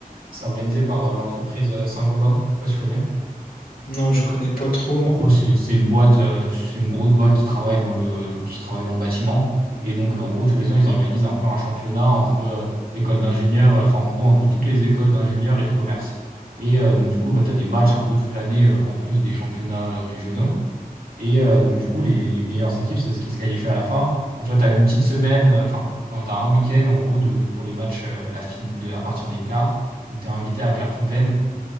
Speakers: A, on the right; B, on the left.
A: c'est organisé par euh, l'entreprise euh, Saint-Gobain. Je sais pas si tu connais.
B: Non, je connais pas trop, non.
A: En gros, c'est c'est une boîte, euh, c'est une grosse boîte qui travaille dans le, qui travaille dans le bâtiment. Et donc, euh, en gros, tous les ans, ils organisent un peu un championnat entre euh, écoles d'ingénieurs, euh, enfin, en gros, entre toutes les écoles d'ingénieurs et de commerce. Et euh, donc, du coup, bah, tu as des matchs un peu toute l'année euh, en plus des championnats euh, régionaux. Et euh, donc, du coup, les, les meilleures équipes, c'est ce qui se qualifie à la fin. Tu vois, tu as une petite semaine, euh, enfin, tu as un week-end, en gros, de, pour les matchs euh, la fin, à partir des quarts, où tu es invité à Clairefontaine